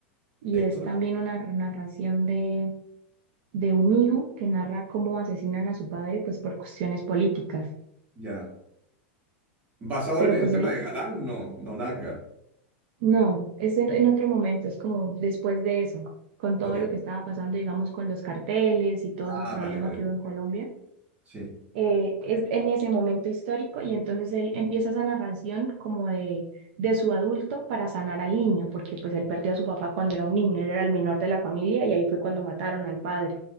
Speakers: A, on the right; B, on the right.
A: Y
B: Héctor
A: es también una narración de, de un hijo que narra cómo asesinan a su padre, pues por cuestiones políticas.
B: Ya. ¿Basado
A: Pero
B: en, en
A: pues
B: el tema
A: él,
B: de Galán? No, no, nada que ver.
A: no, es en, en otro momento, es como después de eso, con todo
B: Ok.
A: lo que estaba pasando, digamos, con los carteles y todo
B: Ah,
A: ese problema
B: vale, vale.
A: que
B: te
A: hubo en
B: entiendo.
A: Colombia.
B: Sí.
A: eh, es en ese momento histórico y entonces él empieza esa narración como de, de su adulto para sanar al niño, porque pues él perdió a su papá cuando era un niño, él era el menor de la familia y ahí fue cuando mataron al padre.